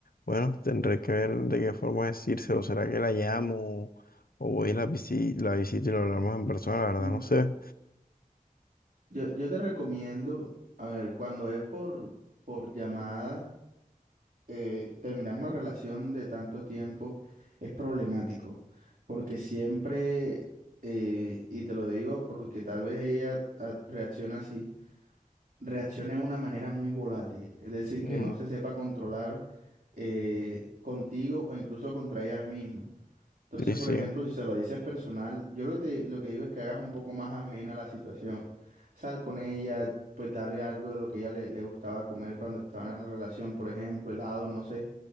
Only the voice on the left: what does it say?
bueno, tendré que ver de qué forma decírselo. ¿Será que la llamo o voy y la visi- la visito y lo hablamos en persona? La verdad
no sé.
Mm,
Sí, sí,